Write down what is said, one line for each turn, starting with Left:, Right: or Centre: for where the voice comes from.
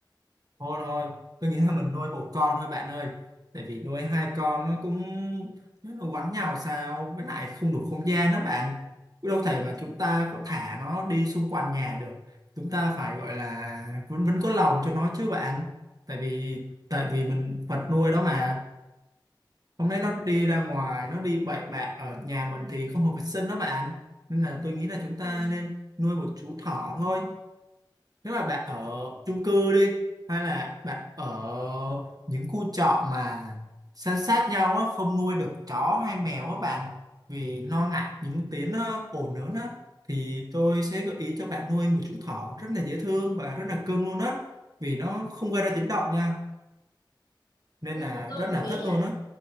Right: thôi thôi tôi nghĩ là mình nuôi một con thôi bạn ơi tại vì nuôi hai con nó cũng nó nó quánh nhau sao với lại không đủ không gian đó bạn Cũng đâu thể mà chúng ta có thả nó đi xung quanh nhà được chúng ta phải gọi là vẫn vẫn có lòng cho nó chứ bạn tại vì tại vì mình vật nuôi đó mà hôm nay nó đi ra ngoài nó đi bậy bạ ở nhà mình thì không hợp vệ sinh đó bạn nên là tôi nghĩ là chúng ta
Left: Ừ.
Right: nên nuôi một chú thỏ thôi nếu mà bạn ở chung cư đi hay là bạn ở những khu trọ mà san sát nhau á không nuôi được chó hay mèo á bạn vì lo ngại những tiếng ờ, ồn lớn á thì tôi sẽ gợi ý cho bạn nuôi một chú thỏ rất là dễ thương và rất là cưng luôn á vì nó không gây ra tiếng động nha nên
Left: Ừ,
Right: là
Left: tôi
Right: rất
Left: cũng
Right: là
Left: nghĩ
Right: thất luôn
Left: vậy.
Right: á